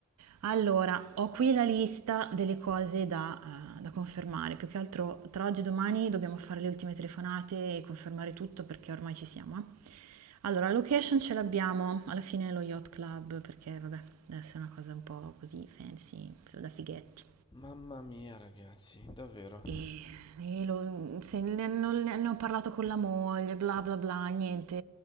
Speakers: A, on the right (about 80°); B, on the left (about 20°).
A: Allora, ho qui la lista delle cose da, eh, da confermare. Più che altro, tra oggi e domani dobbiamo fare le ultime telefonate e confermare tutto perché ormai ci siamo. eh. Allora, la location ce l'abbiamo, alla fine è lo Yacht Club, perché vabbè, deve essere una cosa un po' così fancy, da fighetti.
B: Mamma mia, ragazzi, davvero.
A: E, e lo- se ne, non- ne ho parlato con la moglie, bla bla bla, niente,